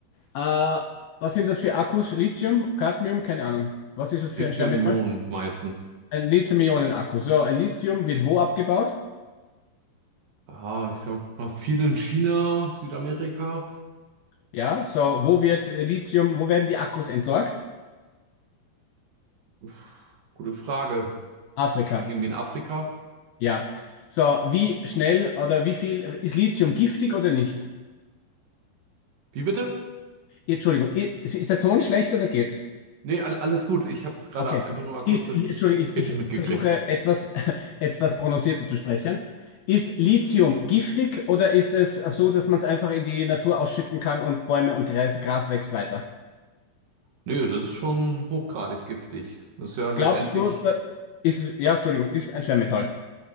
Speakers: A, on the left (about 75°); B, on the right (about 55°).
A: Äh, was sind das für Akkus? Lithium, Cadmium, keine Ahnung. Was ist das
B: Lithium-Ionen
A: für ein Schwermetall?
B: meistens.
A: Ein Lithium-Ionen-Akku. So, ein Lithium wird wo abgebaut?
B: Ah, ich sag mal, viel in China, Südamerika.
A: Ja, so, wo wird äh, Lithium, wo werden die Akkus entsorgt?
B: Uff, gute Frage.
A: Afrika.
B: Wahrscheinlich irgendwie in Afrika.
A: Ja. So, wie schnell oder wie viel ist Lithium giftig oder nicht?
B: Wie bitte?
A: Entschuldigung, i- ist der Ton schlecht oder geht's?
B: Nee, all, alles gut. Ich habe es gerade
A: Okay.
B: einfach nur akustisch
A: Ist, Entschuldigung,
B: nicht
A: ich,
B: richtig
A: ich
B: mitgekriegt.
A: versuche etwas, <laughs> etwas prononcierter zu sprechen. Ist Lithium giftig oder ist es so, dass man es einfach in die Natur ausschütten kann und Bäume und Gras, Gras wächst weiter?
B: Nö, das ist schon hochgradig giftig. Das ist ja letztendlich,
A: Glaubst du, da- ist es, ja,
B: so,
A: Entschuldigung, ist ein Schwermetall.